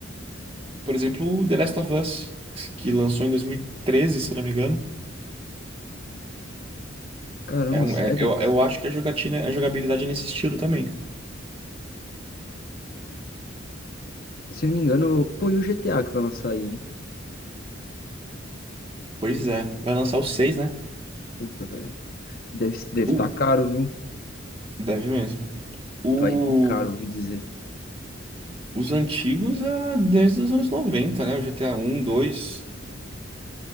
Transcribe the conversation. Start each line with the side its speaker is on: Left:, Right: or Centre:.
Right: Por exemplo, o The Last of Us, que lançou em 2013, se eu não me engano.
Left: Caramba,
Right: É um,
Left: sério?
Right: é- eu, eu acho que a jogatina, a jogabilidade é nesse estilo também.
Left: Se não me engano, pô, e o GTA que vai lançar aí, hein?
Right: Pois é, vai lançar o seis né?
Left: Puta, velho. Deve, deve
Right: O,
Left: estar caro, viu?
Right: deve mesmo. O,
Left: Vai vir caro, ouvi dizer.
Right: os antigos era desde os anos noventa né? O GTA um dois